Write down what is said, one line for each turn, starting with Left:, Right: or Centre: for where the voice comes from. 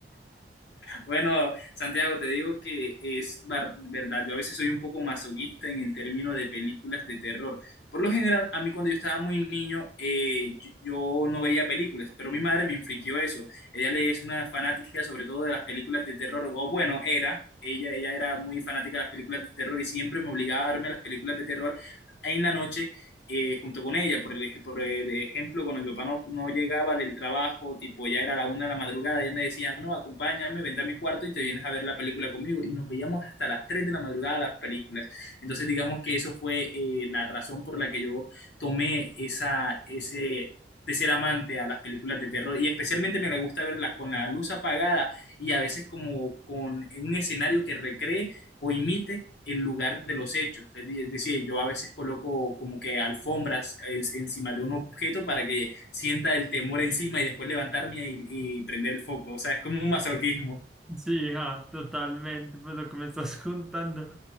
Left: bueno, Santiago, te digo que es var- verdad, yo a veces soy un poco masoquista en el término de películas de terror. Por lo general, a mí cuando yo estaba muy niño, eh, yo yo no veía películas, pero mi madre me infringió eso. Ella le- es una fanática sobre todo de las películas de terror, o bueno, era, ella, ella era muy fanática de las películas de terror y siempre me obligaba a verme las películas de terror en la noche eh, junto con ella. Por, el, por el ejemplo, cuando mi papá no, no llegaba del trabajo, tipo ya era la una de la madrugada, ella me decía, no, acompáñame, vente a mi cuarto y te vienes a ver la película conmigo. Y nos veíamos hasta las 3 de la madrugada las películas. Entonces, digamos que eso fue eh, la razón por la que yo tomé esa, ese, de ser amante a las películas de terror y especialmente me gusta verlas con la luz apagada y a veces como con un escenario que recree o imite el lugar de los hechos. Es decir, yo a veces coloco como que alfombras en- encima de un objeto para que sienta el temor encima y después levantarme y, y prender el foco. O sea, es como un masoquismo.
Centre: Sí, ja, totalmente, pues lo que me estás <laughs> contando.